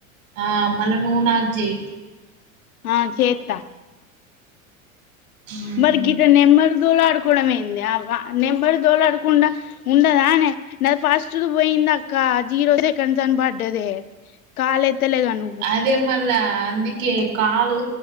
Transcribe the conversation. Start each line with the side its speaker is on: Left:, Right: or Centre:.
Right: ఆ మల నుూ నాగ జై
Left: ఆ చేత
Right: మ్మ్
Left: మరి గిత నెంమరు దోలా ఆడుకోవడంమయింది నెంమరు దోలా ఆడకుండా ఉండదానే నాది ఫస్ట్ పోయింది అక్క జీరో సెకండ్స్ అని పడ్డదే కాల్ ఎత్తలే కను
Right: అదే మళ్ళ అందుకే కాలు